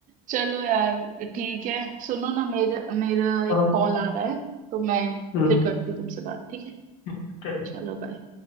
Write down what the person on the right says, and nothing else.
चलो यार ठीक है सुनो ना मेरा मेरा एक
कॉल आ रहा है तो मैं
फिर करती हूँ तुमसे बात ठीक है
चलो बाय